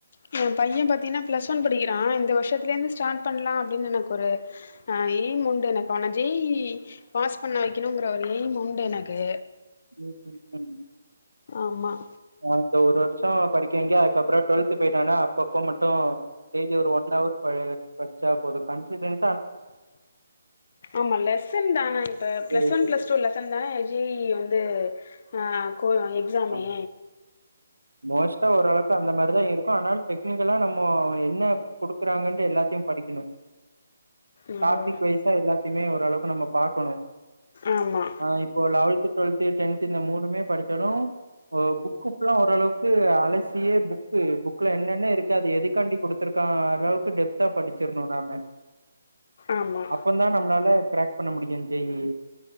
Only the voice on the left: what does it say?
ஏ பைய பாத்தீங்கன்னா ப்ளஸ் ஒன் படிக்கிறா இந்த வருஷத்துலேர்ந்து ஸ்டார்ட் பண்லா அப்டின்னு எனக் ஒரு ஆ எய்முண்டு எனக்கு ஆனா ஜெ இ பாஸ் பண்ண வக்கிணுங்கிற ஒரு எய்ம் உண்டு எனக்கு
ஆமா
ஆமா லெசன் தானாங் இப்ப பிளஸ்
ஒன்
பிளஸ் டூ லெச ந்தான் ஜெ இ வந்து ஆ கோ எக்ஸாமே
ம்
ஆமா
ஆமா